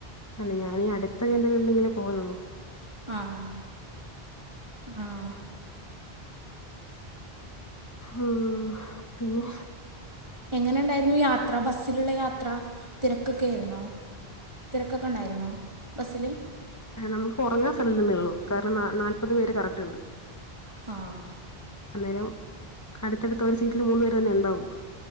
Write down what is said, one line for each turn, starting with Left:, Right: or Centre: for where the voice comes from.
Left: അല്ല ഞാനീ അടുത്ത് എവിടെങ്കിലും ഉണ്ടെങ്കിലേ പോകലുള്ളൂ
Right: ആഹ് ആഹ്
Left: ഉം പിന്നെ
Right: എങ്ങനുണ്ടായിരുന്നു യാത്ര ബസ്സിലുള്ള യാത്ര തിരക്കൊക്കെ ആയിരുന്നോ തിരക്കൊക്കെ ഉണ്ടായിരുന്നോ ബസ്സില്
Left: ആഹ് നമുക്ക് ഉറങ്ങാൻ സ്ഥലമില്ലന്നേ ഉള്ളൂ കാരണം നാല്പത് പേര് കറക്റ്റ് ഉണ്ട്
Right: ആഹ്
Left: അന്നേരം അടുത്തടുത്ത് ഒരു സീറ്റില് മൂന്ന് പേര് തന്നെ ഉണ്ടാവും